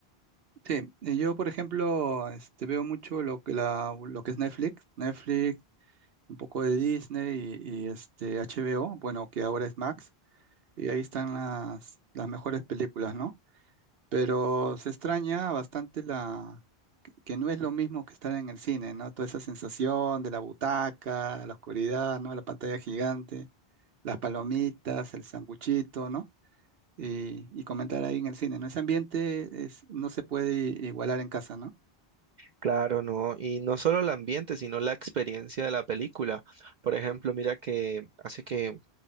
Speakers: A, on the right; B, on the right.
A: Sí, eh, yo por ejemplo este, veo mucho lo que, la, lo que es Netflix. Netflix un poco de Disney y, y, este HBO, bueno, que ahora es Max, y ahí están las, las mejores películas, ¿no? Pero se extraña bastante la que no es lo mismo que estar en el cine, ¿no? Toda esa sensación de la butaca, la oscuridad, ¿no? La pantalla gigante, las palomitas, el sanguchito, ¿no? Y, y comentar ahí en el cine, ¿no? Ese ambiente es, no se puede igualar en casa, ¿no?
B: Claro, no. Y no solo el ambiente, sino la experiencia de la película. Por ejemplo, mira que hace que